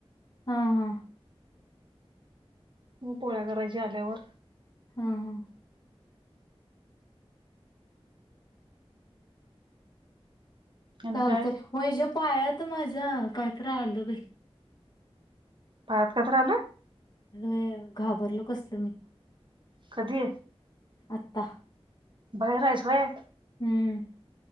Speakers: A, on the left; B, on the right.
A: हा हा.
B: म पोळ्या करायची आल्यावर.
A: हा हा.
B: आणि
A: चालतं
B: काय
A: ओय ज्या पायात माझ्या काय तर राहिलं बाई.
B: पायात काय तर आलाय?
A: आलोय घाबरलो कसलं मी.
B: कधी
A: आत्ता
B: बाहेर आहेस वय?
A: हम्म.